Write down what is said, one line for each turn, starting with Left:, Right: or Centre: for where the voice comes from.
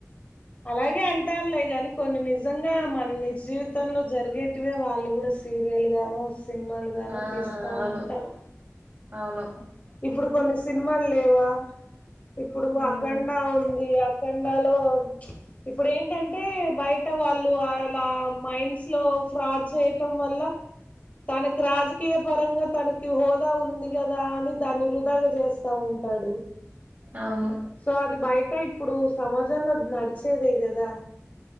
Left: అలాగే అంటారులే కానీ కొన్ని నిజంగా మన జీవితంలో జరిగేటివే వాళ్ళు కూడా సీరియల్ గాను సినిమాలుగాను
Right: ఆ
Left: తీస్తూ
Right: అవును
Left: ఉంటావు
Right: అవును
Left: ఇప్పుడు కొన్ని సినిమాలు లేవా ఇప్పుడు
Right: ఉమ్,
Left: అఖండ ఉంది అఖండాలో ఇప్పుడు ఏంటంటే బయ టే వాళ్ళు అళ మైండ్స్ లో ఫ్రాడ్ చేయటం వల్ల తనకి రాజకీయ పరంగా తనకి హోదా ఉంది కదా అని దాన్ని వృధాగా చేస్తా ఉంటాడు
Right: అవును
Left: సో అది బయట ఇప్పుడు సమాజంలో నడిచేదే కదా